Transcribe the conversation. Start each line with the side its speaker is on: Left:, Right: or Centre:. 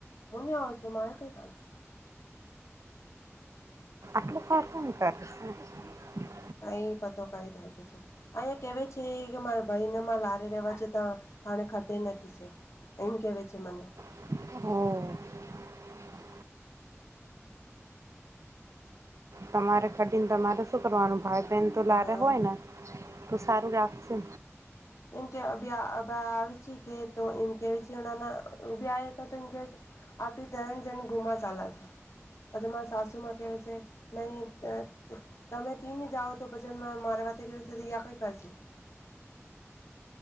Left: હું ન આવ છું મારે કઈ ખંશે
Right: <unintelligible>
Left: કઈ પતો કઈ થાય કે છે અહીંયા કેવા છે કે મારા ભાઈનેમાં લારે રવા જતા પાણે ખટે નથી છે એમ કેવે છે મને
Right: હ તમારે ખટીને તમારે શું કરવાનું ભાઈ બહેન તો લારે
Left: હા
Right: હોય ને તો સારું લાગ છે.
Left: આવે છે કે એમ કેવા છે એ ઉભા હતા તો એમ કેવા છે. આપી તરણ જણ ગુમા ચાલા છે. પછી મારા સાસુ માં કેવા છે નહી તમે તીને જાઓ તો પછી મારા <unintelligible>